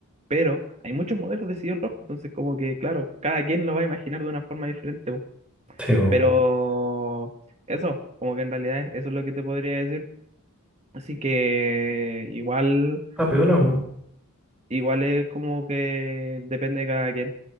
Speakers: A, on the right (about 30°); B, in the centre.
A: Pero hay muchos modelos de sillón rojo, entonces como que, claro, cada quien lo va a imaginar de una forma diferente.
B: Sí, po.
A: Pero eso, como que en realidad es- eso es lo que te podría decir. Así que igual,
B: Ah, piola, po.
A: igual es como que depende de cada quien.